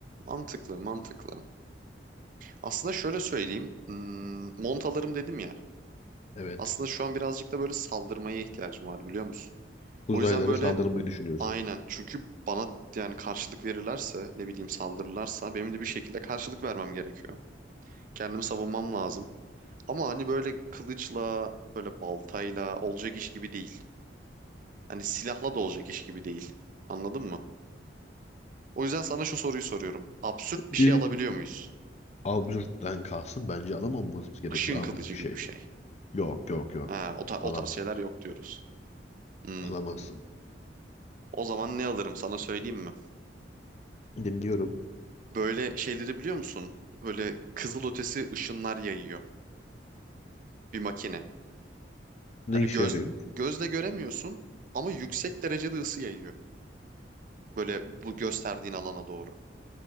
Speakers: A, on the right; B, on the left.
A: Mantıklı, mantıklı. Aslında şöyle söyleyeyim. hmm, mont dedim ya.
B: Evet.
A: Aslında şu an birazcık da böyle saldırmaya ihtiyacım var biliyor musun?
B: uzaylara
A: O yüzden böyle
B: saldırmayı düşünüyorsun.
A: aynen. Çünkü bana yani karşılık verirlerse ne bileyim saldırırlarsa benim de bir şekilde karşılık vermem gerekiyor. Kendimi savunmam lazım. Ama hani böyle kılıçla böyle baltayla olacak iş gibi değil. Hani silahla da olacak iş gibi değil. Anladın mı? O yüzden sana şu soruyu soruyorum. Absürt bir
B: Diğeri
A: şey alabiliyor muyuz?
B: absürtten kalsın. Bence alamamamız gerekiyor
A: Işın kılıcı
B: absürt bir
A: gibi
B: şey.
A: bir şey.
B: Yok yok yok.
A: Ha, o, ta- o
B: Alam
A: tarz şeyler yok diyoruz. Hmm.
B: alamazsın.
A: O zaman ne alırım sana söyleyeyim mi?
B: Dinliyorum.
A: Böyle şeyleri biliyor musun? Böyle kızılötesi ışınlar yayıyor bir makine.
B: Ne
A: Hani
B: işe
A: göz
B: yarıyor?
A: gözle göremiyorsun ama yüksek derecede ısı yayıyor. Böyle bu gösterdiğin alana doğru.